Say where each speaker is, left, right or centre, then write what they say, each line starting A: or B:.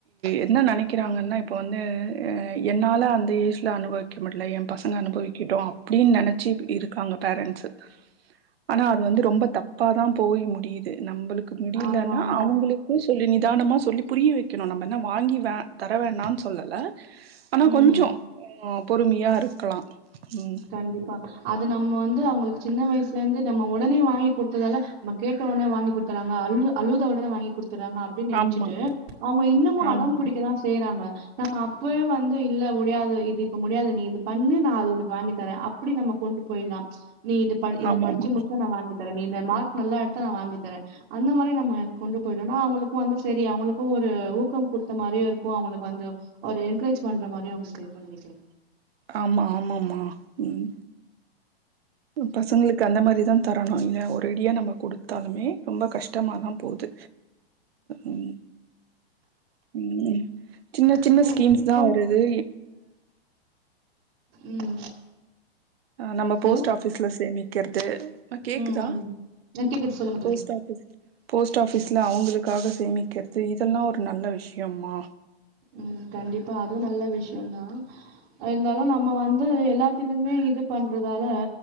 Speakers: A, on the right; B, on the right.
A: என்ன நெனைக்கிறாங்கன்னா இப்ப வந்து அ என்னால அந்த ஏஜ்ல அனுபவி முடில என் பசங்க அனுபவிக்கிட்டு அப்டின்னு நெனச்சி இருக்காங்க பேரன்ட்ஸ் ஆனா அது வந்து ரொம்ப தப்ப தா போய் முடியுது நம்மளுக்கு முடியலன்னா
B: ஆமா ஆமா
A: அவங்களுக் சொல்லி நிதானமா சொல்லி புரிய வைக்கணு நம்ம என்ன வாங்கி வே தர வேணாம்னு சொல்லல ஆனா
B: ம்
A: கொஞ்சோ பொறுமையா இருக்கலா ம்
B: கண்டிப்பா அது நம்ம வந்து அவங்களுக்கு சின்ன வயசுல இருந்து நம்ம உடனே வாங்கி கொடுத்ததால ந கேட்ட உடனே வாங்கி குத்துறாங்க அழு அழுத உடனே வாங்கி குத்துறாங்க அப் டி நெனச்சிட்டு
A: ஆமா
B: அவங்க இன்னமு அடம்
A: ஆமா
B: பிடிக்கதா செய்றாங்க நம்ம அப்வே வந்து இல்ல முடியாது இது இப்ப முடியாது நீ இது பண்ணு நா அது உன வாங்கி தர அப்டி நம்ம கொண்டு போயிடலா ச் நீ இது இது
A: ஆமா ஆமாமா
B: படிச்சு முடிச்சா நா வாங்கி தர நீ இந்த மார்க் நல்லா எடுத்தா நா வாங்கி தர அந்த மாரி நம்ம கொண்டு போயிட்டோனா அவங்களுக்கு வந்து செரி அவங்களுக்கு ஒரு ஊக்கோ குடுத்த மாரியே இருக்கோ அவங்களுக்கு வந்து ஒரு என்கரேஜ் பண்ற மாரி அவங்ளுக்கு இருக்குனு நெனைக்கிற
A: ஆமா ஆமாம்மா ம் பசங்களுக்கு அந்த மாரி தா த பணோ இல்லயா ஒரெடியா நம்ம கொடுத்தாலுமே ரொம்ப கஷ்டமா தா போது ம் ம் சின்ன சின்ன
B: அதுவு
A: ஸ்கீம்ஸ்
B: இப்போ
A: இதா வருது
B: ம்
A: நம்ப
B: ஹலோ
A: போஸ்ட் ஆஃபிஸ்ல சேமிக்கிறது கேக்குதா
B: ம் ம் ஆ கேக்குது சொல்லுங்க தோழி
A: போஸ்ட் ஆஃபிஸ் போஸ்ட் ஆஃபிஸ்ல அவங்களுக்காக சேமிக்கிறது இதெல்லா ஒரு நல்ல விஷயம்மா
B: ம் கண்டிப்பா அதுவு நல்ல விஷயோதா இருந்தாலு நம்ம வந்து எல்லாத்திலயுமே இது பண்றதால